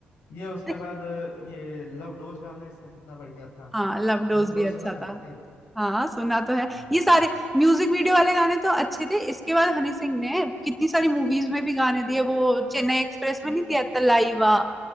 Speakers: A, on the left (about 85°); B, in the centre.
A: ये उसके
B: <laughs>
A: बाद अ, ये लव डोज गाना इसका कितना बढ़िया था
B: हाँ लव डोज
A: लव डोज
B: भी अच्छा
A: सुना
B: था
A: था कि नहीं
B: हाँ सुना तो है
A: हाँ
B: ये सारे म्यूजिक वीडियो
A: ल-
B: वाले गाने तो अच्छे थे इसके बाद हनी सिंह ने कितनी सारी मूवीज में भी गाने दिए वो चेन्नई एक्सप्रेस में नहीं दिया तलाइवा